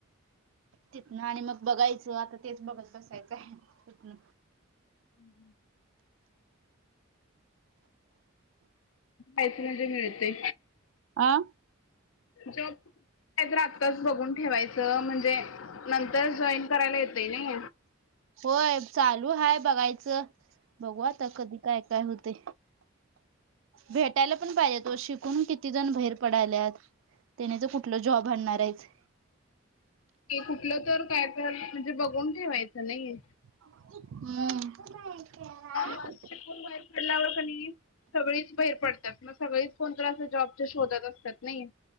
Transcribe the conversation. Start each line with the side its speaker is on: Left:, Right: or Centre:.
Right: तिथनं आणि मग बघायचं आता तेच बघत बसायचं आहे तिथनं
Left: हम्म यच म्हणजे मिळते
Right: आं
Left: जॉब काय तर आत्ताच बघून ठेवायचं म्हणजे नंतर जॉईन करायला येतय नाही
Right: होय चालू हाय बघायचं बघू आता कधी काय काय होते भेटायला पण पाहिजे तो शिकून किती जण बैर पडायल्यात त्याण्याच कुठलं जॉब आणणार आहेच
Left: कुठलं तर काय तर म्हणजे बघून ठेवायचं नाही.
Right: हम्म <unintelligible>
Left: मग शिकून बाहेर पडल्यावर क नाही सगळीच बाहेर पडतात मग सगळेच. कोण कोणाच्या जॉबच्या शोधात असतात नाही.